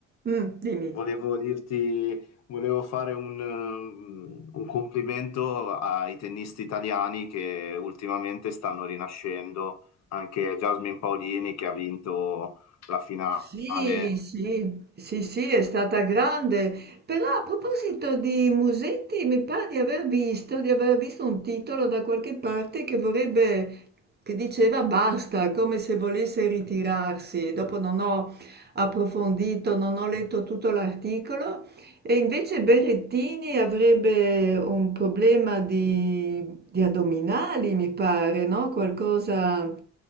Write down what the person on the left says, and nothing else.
volevo dirti, volevo fare un, um, un complimento ai tennisti italiani che ultimamente stanno rinascendo, anche Jasmine Paolini che ha vinto la finale